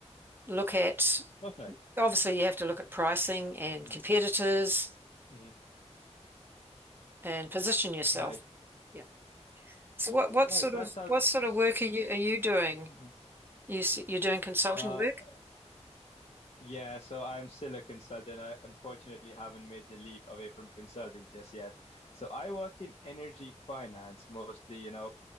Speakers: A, on the right; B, on the left.
A: look at
B: Perfect.
A: obviously you have to look at pricing and
B: hmm
A: competitors
B: hmm
A: and position yourself.
B: Right.
A: Yeah. So what what
B: Right.
A: sort
B: That
A: of
B: sounds.
A: what sort of work are you are you doing?
B: hmm
A: You s- you're doing consulting
B: Uh,
A: work?
B: uh, yeah. So I'm still a consultant. I unfortunately haven't made the leap away from consulting just yet. So I work in energy finance, mostly, you know,